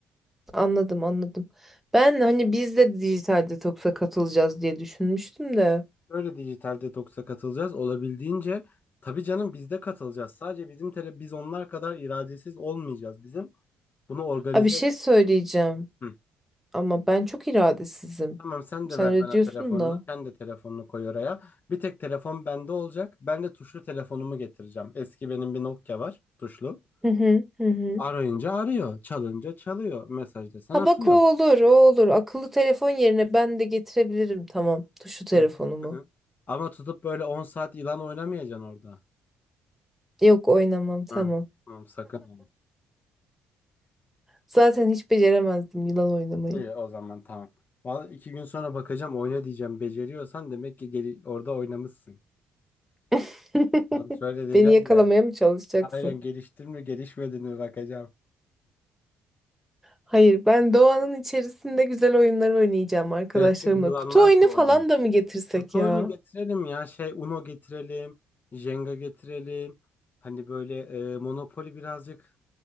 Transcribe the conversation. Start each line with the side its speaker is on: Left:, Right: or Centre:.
Centre: Anladım anladım. Ben hani biz de dijital detoksa katılacağız diye düşünmüştüm de.
Left: Şöyle dijital detoksa katılacağız. Olabildiğince tabii canım biz de katılacağız. Sadece bizim tele biz onlar kadar iradesiz olmayacağız. Bizim bunu organize
Centre: Abi bir şey
Left: et.
Centre: söyleyeceğim
Left: Hı.
Centre: ama ben çok iradesizim.
Left: Tamam sen
Centre: Sen
Left: de ver
Centre: öyle
Left: bana
Centre: diyorsun
Left: telefonunu.
Centre: da.
Left: Sen de telefonunu koy oraya. Bir tek telefon bende olacak. Ben de tuşlu telefonumu getireceğim. Eski benim bir Nokia var tuşlu.
Centre: Hı hı hı hı.
Left: Arayınca arıyor. Çalınca çalıyor. Mesaj desen
Centre: Ha
Left: atıyor.
Centre: bak o olur o olur. Akıllı telefon yerine ben de getirebilirim tamam. Tuşlu telefonumu.
Left: Hı hı. hı hı. Ama tutup böyle 10 saat ilan oynamayacaksın orada.
Centre: Yok oynamam tamam.
Left: Hı. Tamam sakın.
Centre: Zaten hiç beceremezdim yılan oynamayı.
Left: İyi o zaman tamam. Vallahi iki gün sonra bakacağım oyna diyeceğim. Beceriyorsan demek ki geli- orada oynamışsın.
Centre: <laughs>
Left: Kontrol edeceğim
Centre: Beni yakalamaya
Left: ya.
Centre: mı çalışacaksın?
Left: Aynen geliştin mi gelişmedin mi bakacağım.
Centre: Hayır, ben doğanın içerisinde güzel oyunlar oynayacağım arkadaşlarımla.
Left: Gerçek yılanlar
Centre: Kutu oyunu
Left: kovalayalım.
Centre: falan da mı getirsek
Left: Kutu
Centre: ya?
Left: oyunu getirelim ya. Şey Uno getirelim. Jenga getirelim. Hani böyle e, Monopoly birazcık